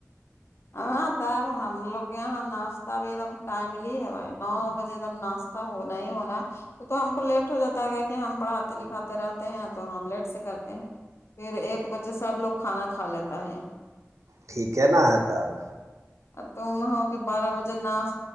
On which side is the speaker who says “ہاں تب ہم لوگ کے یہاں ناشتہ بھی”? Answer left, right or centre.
Left